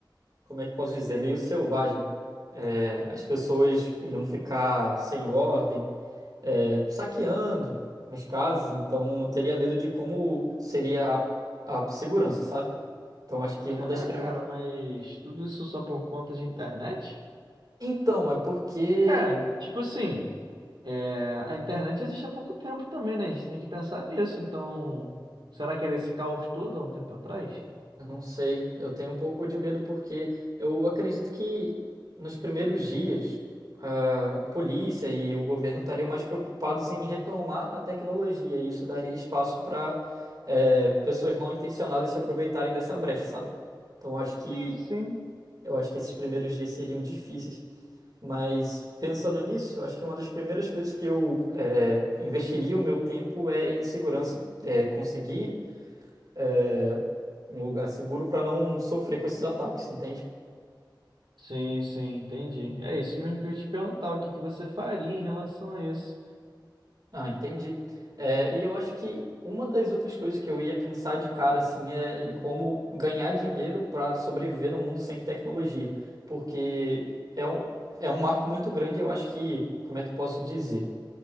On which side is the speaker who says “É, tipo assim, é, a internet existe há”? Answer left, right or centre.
Right